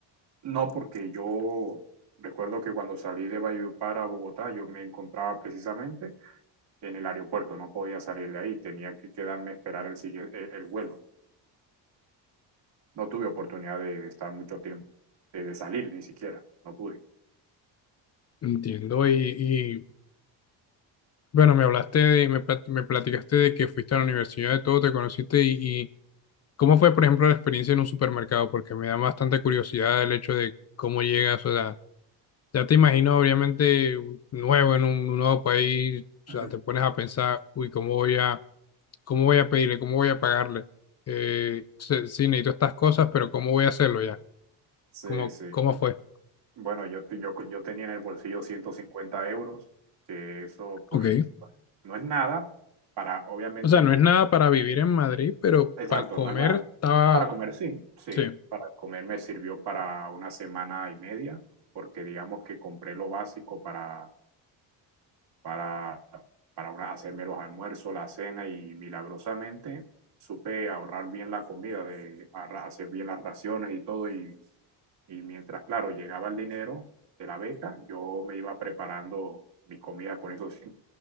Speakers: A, on the right; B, on the left.
A: No, porque yo recuerdo que cuando salí de Valledupar a Bogotá, yo me encontraba precisamente en el aeropuerto, no podía salir de ahí, tenía que quedarme a esperar el, sigue- el, el vuelo. No tuve oportunidad de estar mucho tiempo, de, de salir ni siquiera, no pude.
B: Entiendo, y, Bueno, me hablaste de, me, plat- me platicaste de que fuiste a la universidad, de todo, te conociste y, y cómo fue, por ejemplo, la experiencia en un supermercado, porque me da bastante curiosidad el hecho de cómo llegas, o sea, ya te imagino, obviamente, nuevo en un nuevo país, o
A: <laughs>
B: sea, te pones a pensar, uy, ¿cómo voy a, cómo voy a pedirle, cómo voy a pagarle? Eh, se- sí, necesito estas cosas, pero ¿cómo voy a hacerlo ya?
A: Sí,
B: ¿Cómo,
A: sí.
B: cómo fue?
A: Bueno, yo, te- yo, yo tenía en el bolsillo 150 euros, que eso pues
B: Ok.
A: bueno, no es nada para, obviamente,
B: O sea, no
A: me-
B: es nada para vivir en Madrid, pero
A: Exacto,
B: para comer
A: no es más.
B: estaba,
A: Para comer sí, sí.
B: sí.
A: Para comer me sirvió para una semana y media, porque digamos que compré lo básico para, para, para una- hacerme los almuerzos, la cena y milagrosamente supe ahorrar bien la comida, de arra- hacer bien las raciones y todo. Y, y mientras, claro, llegaba el dinero de la beca, yo me iba preparando mis comidas con eso. <laughs> sí.